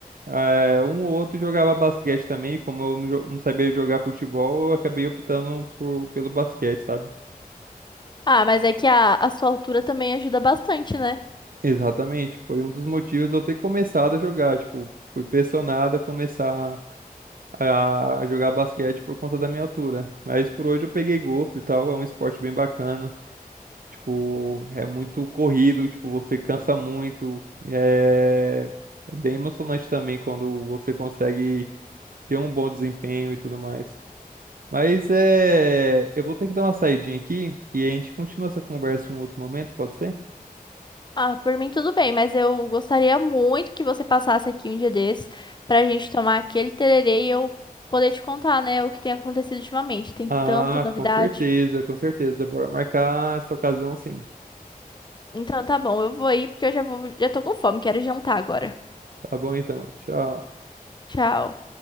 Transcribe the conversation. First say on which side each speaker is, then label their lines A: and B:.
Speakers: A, on the right (about 65°); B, on the left (about 30°).
A: Eh, um ou outro jogava basquete também. Como eu não, jo- não sabia jogar futebol, eu acabei optando por- pelo basquete, sabe?
B: Ah, mas é que a, a sua altura também ajuda bastante, né?
A: Exatamente. Foi um dos motivos de eu ter começado a jogar. Tipo, fui pressionado a começar a a jogar basquete por conta da minha altura. Mas por hoje eu peguei gosto e tal. É um esporte bem bacana. Tipo, é muito corrido, tipo, você cansa muito. É, é bem emocionante também quando você consegue ter um bom desempenho e tudo mais. Mas é, eu vou ter que dar uma saidinha aqui e a gente continua essa conversa em um outro momento, pode ser?
B: Ah, por mim tudo bem, mas eu gostaria muito que você passasse aqui um dia desses pra gente tomar aquele tererê e eu poder te contar, né, o que tem acontecido ultimamente. Tem
A: Ah,
B: tanta novidade.
A: com certeza, com certeza. Bora marcar essa ocasião sim.
B: Então tá bom, eu vou ir porque eu já vou, já tô com fome, quero jantar agora.
A: Tá bom então. Tchau.
B: Tchau.